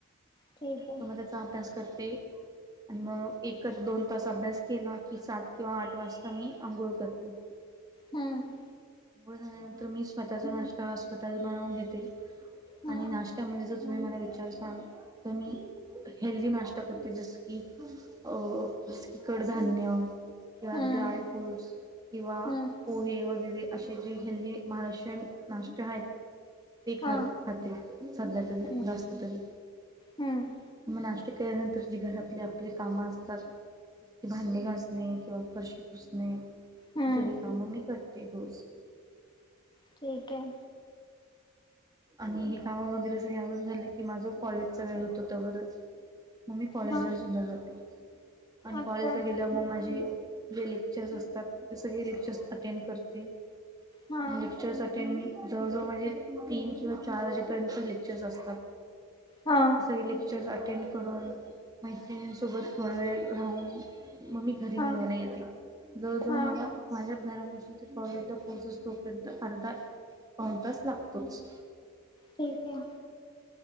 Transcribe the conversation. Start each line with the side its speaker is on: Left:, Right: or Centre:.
Left: ठीक आहे
Right: तर मग त्याचा अभ्यास करते आणि मग एकच दोन तास अभ्यास केला की सात किंवा आठ वाजता मी आंघोळ करते.
Left: हम्म
Right: आंघोळ झाल्यानंतर मी स्वतःचा नाश्ता हा स्वतः बनवून घेते
Left: हम्म
Right: आणि नाश्त्या म्हणजे तुम्ही मला विचारसाल तर मी हेल्दी नाश्ता करते जसं की अ जस की कडधान्य किंवा
Left: हम्म
Right: ड्राय फ्रूट्स किंवा
Left: हम्म
Right: पोहे वगैरे असे जे हेल्दी महाराष्ट्रीयन नाष्टे आहेत ते खा
Left: हा
Right: खाते सध्या तरी
Left: हम्म
Right: जास्त तरी
Left: हम्म
Right: मग नाश्ते केल्यानंतर जी घरातली आपली काम अस तात की भांडी घासणे किंवा फरशी पुुसणे हे
Left: हम्म
Right: सगळी कामं मी करते रोज
Left: ठीक आहे.
Right: आणि हे कामं वगैरे सगळे आवरून झाले की माझं कॉलेजचा वेळ होतो तोवर मग मी कॉलेजला
Left: हा
Right: सुद्धा जाते आणि
Left: अच्छा
Right: कॉलेजला गेल्यावर मग माझी जे लेक्चर्स असतात ते सगळे लेक्चर्स अटेंड करते
Left: हा
Right: लेक्चर्स अटेंड जवळ जवळ म्हणजे तीन किंवा चार वाजेपर्यंत लेक्चर्स असतात.
Left: हा
Right: सगळे लेक्चर अटेंड करून मैत्रिणीसोबत थोडा वेळ राहून. मग मी घरी
Left: हा
Right: निघायला येते जवळ जवळ
Left: हा
Right: मला. माझ्या घरापासून ते कॉलेजला पोहोचत तोपर्यंत अर्धा पिऊन तास लागतोच.
Left: ठीक आहे